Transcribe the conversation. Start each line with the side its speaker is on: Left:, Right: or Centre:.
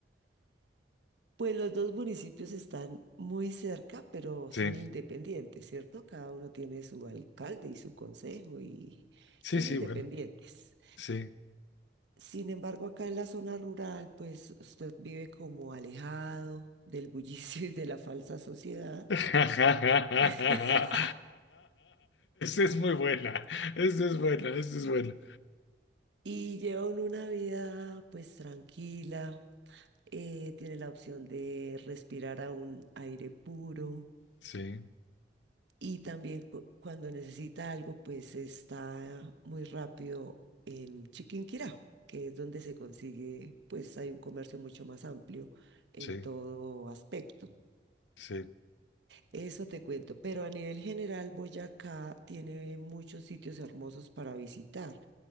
Right: Pues los dos municipios están muy cerca, pero son
Left: Sí,
Right: independientes, ¿cierto? Cada uno tiene su alcalde y su consejo y
Left: sí,
Right: son
Left: sí,
Right: independientes.
Left: bueno, sí.
Right: Sin embargo, acá en la zona rural, pues usted vive como alejado del bullicio <laughs> y de la falsa sociedad.
Left: <laughs> Esa
Right: <laughs>
Left: es muy buena. Esa es buena, esa es buena.
Right: y llevan una vida pues tranquila, eh, tiene la opción de respirar a un aire puro
Left: Sí,
Right: y también cu- cuando necesita algo, pues está muy rápido en Chiquinquirá, que es donde se consigue, pues hay un comercio mucho más amplio en
Left: sí,
Right: todo aspecto.
Left: sí,
Right: Eso te cuento, pero a nivel general, Boyacá tiene muchos sitios hermosos para visitar.